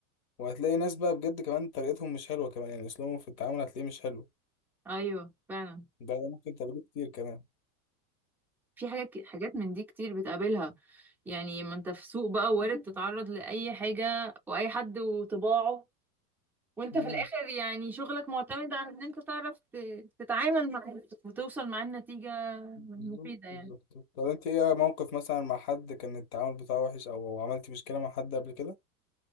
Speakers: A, on the left; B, in the centre.
A: وهتلاقي ناس بقى بجد كمان طريقتهم مش حلوه كمان يعني اسلوبهم في التعامل هتلاقيه مش حلو
B: ايوه فعلا
A: ده ده ممكن تقابله كتير كمان
B: في حاجات حاجات من دي كتير بتقابلها يعني ما انت في سوق بقى وارد تتعرض لاي حاجة واي حد وطباعه وانت
A: مم.
B: في الاخر يعني شغلك معتمد على ان انت تعرف ت- تتعامل مع وتوصل مع النتيجة مفيدة
A: بالظبط
B: يعني
A: بالظبط طب انت ايه موقف مثلا مع حد كان التعامل بتاعه وحش او أو عملتي مشكلة مع حد قبل كده